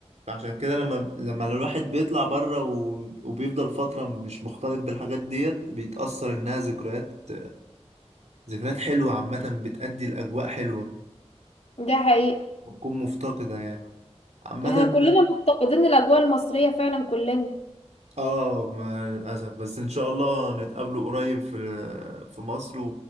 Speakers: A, on the right; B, on the left.
A: فعشان كده لما لما الواحد بيطلع بره و... وبيفضل فترة مش مختلط بالحاجات ديت بيتأثر إنها ذكريات ذكريات حلوة عامة بتأدي لأجواء حلوة
B: ده حقيقي
A: بتكون مفتقدة يعني عامة
B: احنا كلنا مفتقدين الأجواء المصرية فعلا كلنا
A: اه مع الأسف بس إن شاء الله نتقابلوا قريب في في مصر و...